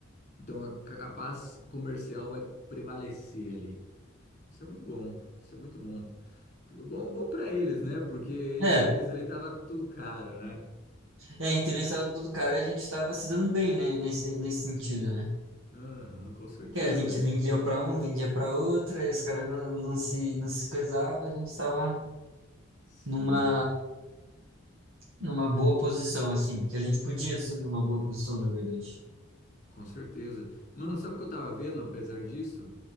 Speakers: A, on the left (about 35°); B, on the right (about 85°).
A: Então a, ca- a paz comercial vai prevalecer ali. Isso é muito bom, isso é muito bom. P- Bom, bom para eles, né? Porque entre
B: É,
A: eles ali tava tudo caro, né?
B: é, interessado do cara, a gente tava se dando bem, né, nesse, nesse sentido, né?
A: Aham, com certeza.
B: Que a gente vendia pra um, vendia pra outro, aí os caras não, não se, não se coisavam, a gente tava
A: Sim,
B: numa numa boa posição, assim, que a gente podia assumir uma boa posição, na verdade.
A: com certeza. Mano, sabe o que eu tava vendo, apesar disso?